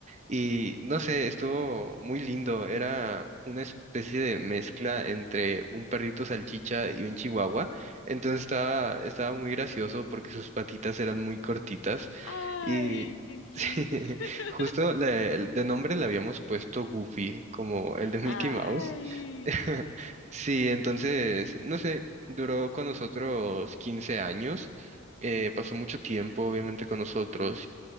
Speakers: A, on the right (about 35°); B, on the left (about 70°).
A: Y no sé, estuvo muy lindo. Era una especie de mezcla entre un perrito salchicha y un chihuahua. Entonces estaba, estaba muy gracioso porque sus patitas eran muy cortitas.
B: Ay,
A: Y
B: qué cute.
A: <laughs> sí,
B: <laughs>
A: justo le- de nombre le habíamos puesto Goofy, como el de Mickey
B: Ay.
A: Mouse. <laughs> Sí, entonces, no sé, duró con nosotros 15 años.
B: Ujú,
A: eh, pasó mucho tiempo, obviamente, con nosotros